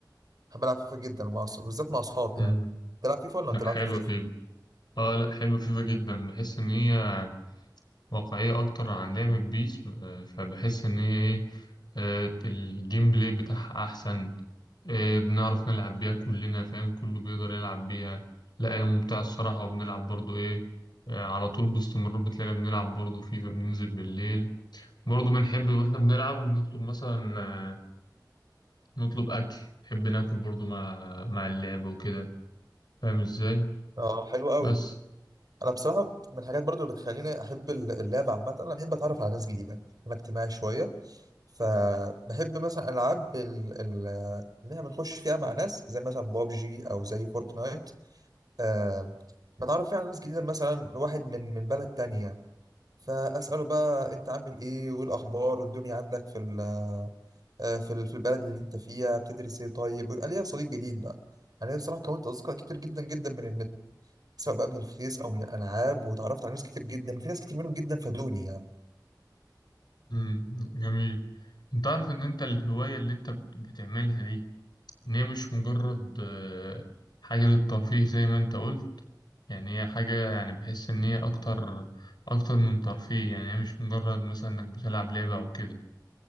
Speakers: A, on the right (about 55°); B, on the left (about 70°).
A: بحب ألعب فيفا جدا مع أص- بالذات مع أصحابي
B: أمم.
A: يعني تلعب فيفا ولا ما
B: لأ
A: بتلعبش
B: حلوة
A: فيفا؟
B: فيفا آه لأ حلوة فيفا جدا بحس إن هي واقعية أكتر عن لعبة بيس آه، فبحس إن هي إيه آه، الجيم بلاي بتاعها أحسن آه، بنعرف نلعب بيها كلنا فاهم كله بيقدر يلعب بيها لا هي ممتعة الصراحة وبنلعب برضو إيه آه، على طول باستمرار بتلاقينا بنلعب برضو فيفا بننزل بالليل برضه بنحب واحنا بنلعب نطلب مثلا آه، نطلب اكل نحب ناكل برضه مع مع اللعبة وكده فاهم ازاي
A: اه حلو قوي
B: بس
A: أنا بصراحة من الحاجات برضو اللي بتخليني أحب ال- اللعب عامة أنا بحب أتعرف على ناس جديدة أنا اجتماعي شوية فبحب مثلا ألعاب ال- ال- اللي احنا بنخش فيها مع ناس زي مثلا بابجي أو زي فورتنايت آه، بتعرف فيها على ناس جديدة مثلا واحد من من بلد تانية فاساله بقى انت عامل ايه وايه الاخبار والدنيا عندك في ال- آه، في ال- في البلد اللي انت فيها بتدرس ايه طيب ويبقى ليا صديق جديد بقى يعني انا بصراحه كونت اصدقاء كتير جدا جدا من النت سواء بقى من الفيس او من الالعاب وتعرفت على ناس كتير جدا وفي ناس كتير منهم جدا فادوني يعني
B: مم. جميل انت عارف ان انت الهواية اللي انت بت- بتعملها دي ان هي مش مجرد آه، حاجة للترفيه زي ما انت قلت يعني هي حاجة يعني بحس ان هي اكتر اكتر من ترفيه يعني هي مش مجرد مثلا انك بتلعب لعبة او كده